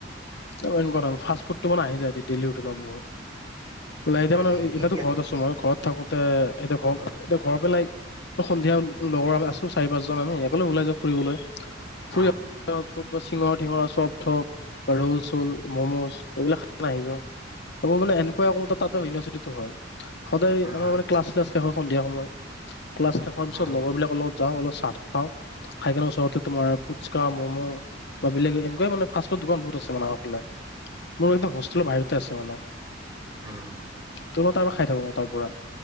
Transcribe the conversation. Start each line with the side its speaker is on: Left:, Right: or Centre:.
Left: <unintelligible> ফাষ্ট ফুড তো মানে আহি যায় দেই দেইলি হোটেলত মোৰ। এতিয়ামানে
Right: হয় নেকি কি
Left: এতিয়াতো
Right: কি
Left: ঘৰত আছো মই ঘৰত থাকো <unintelligible> এটোয়া ঘৰ
Right: উম
Left: এটো ঘৰ পেলাই সন্ধিয়া লগৰ আমি আছো চাৰি পাঁচজন আমি একলে ওলাই যাওঁ ফুৰিবলৈ ফুৰি-
Right: উম
Left: ক'তবা চিঙৰা টিঙৰা চব থপ ৰোল চোল মম'জ এইবিলাক খ নি য আকৌ মানে এনেকুৱা তাতে হয় ন <unintelligible> সদায়
Right: আচ্ছা
Left: আমাৰ মানে ক্লাছ্ চ্লাছ শেষৰ খন দিয়া সময়ত ক্লাছ শেষৰ পাছত
Right: উম
Left: লগৰ বিলাকৰ লগত যাওঁ অলপ চা তা খাওঁ খাই কিনে ওচৰতে তোমাৰ পুচকা মম' বা বেলেগ- গৈ মানে ফাষ্ট ফুড দোকান বহুত। <unintelligible> ফালে মোৰ কিন্তু হোষ্টেলৰ বাহিৰতে আছে মানে।
Right: হ
Left: ত মই তাৰ পৰা খাই থাকো তাৰ পৰা